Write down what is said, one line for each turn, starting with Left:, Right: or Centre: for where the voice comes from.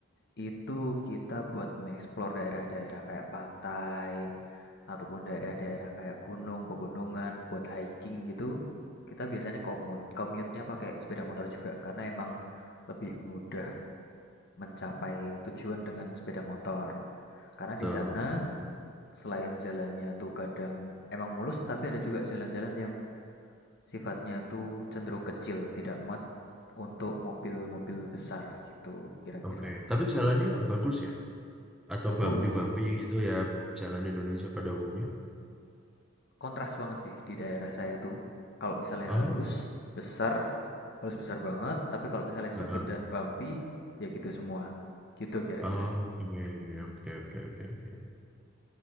Left: Itu kita buat nge-explore daerah-daerah kayak pantai ataupun daerah-daerah kayak gunung, pegunungan buat hiking gitu. Kita biasanya komut, commute-nya pakai sepeda motor juga karena emang lebih mudah mencapai tujuan dengan sepeda motor. Karena
Centre: Betul,
Left: di sana
Centre: betul.
Left: selain jalannya tuh kadang emang mulus tapi ada juga jalan-jalan yang sifatnya tuh cenderung kecil, tidak muat untuk mobil-mobil besar gitu kira-kira.
Centre: Oke, tapi jalannya bagus ya? Atau
Left: Bagus.
Centre: bumpy-bumpy gitu ya, jalan Indonesia pada umumnya?
Left: kontras banget sih di daerah saya tuh. Kalau misalnya
Centre: Oh,
Left: halus, besar, halus besar banget, tapi kalau misalnya sempit
Centre: heeh.
Left: dan bumpy, ya gitu semua. Gitu kira-kira.
Centre: Oh, oke, oke, oke, oke, oke.